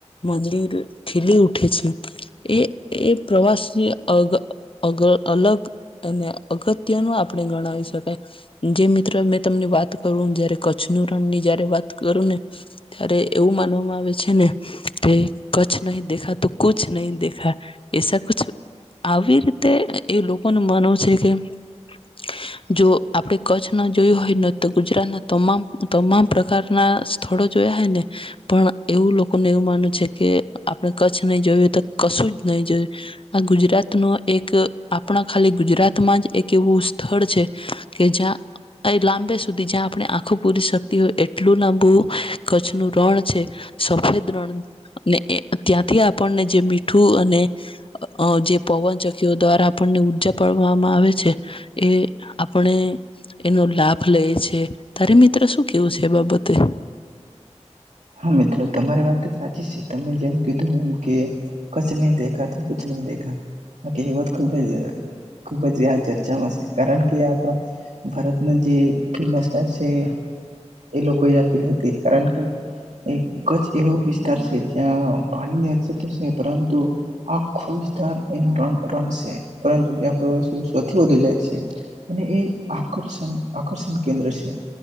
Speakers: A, on the left (about 50°); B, on the right (about 80°).
A: મંદિર ખલી ઉઠ ઉઠે છે એ એ પ્રવાસ ની અ અગ અલગ અને અગત્ય ન આપણે ગણાવી શકાય જે મિત્ર મેં તમને વાત કરું જય કચ્છનું રણની જયારે વાત કરું ને ત્યારે એવું માનવામાં આવે છે ને કે કચ્છ નહી દેખા તો કછ નહીિ દેખા એસક આવી રીતે એ લોકોનું માનવું છે કે <inaudible> જો આપડે કચ્છ ન જોયું હોય તો ગુજરાતના તમામ તમામ પ્રકારના સ્થળો જોયા હય ને પણ એવું લોકોને એવું માનું છે કે આપણે કચ્છ નહી જોયું તો કશું જ નહીં જોયું આ ગુજરાત ન એક આપણા ખાલી ગુજરાતમાં જ એક એવું સ્થળ છે કે જ્યાં અ લાંબે સુધી જ્યાં આપણે આખું પુષો એટલું લાંબુ કચ્છ નું રણ છે સફેદ રણ અને ત્યાંથી આપણને જે મીઠું અને જે પવન ચકીઓ દ્વારા આપણને ઉર્જા પાડવામાં આવે છે છે એ આપણે એનો લાભ લઈએ છે તારે મિત્ર શું કેવું છે એ બાબતે
B: હા મિત્રો તમારી વાત સાચી છે તમે જેમ કીધું એમ કે કછ નહી દેખા તો ક નહી દેખા બાકીત ખુબ જ ખુબ જ ચર્ચામાં છે કારણ કે ભારતના જે ફમ સ્ છે એ લોકોએ આપી હતી કારણ કે કચ્છ એવો વિસ્તાર છે જ્યાં પાણીની અછત છે પરંતુ આખો વિસ્તાર એમાં રણ છે પરંતુ ત્યાં પ્રવાસીઓ સૌથી વધુ જાય છે આકર્ષણ કેન્દ્ર છે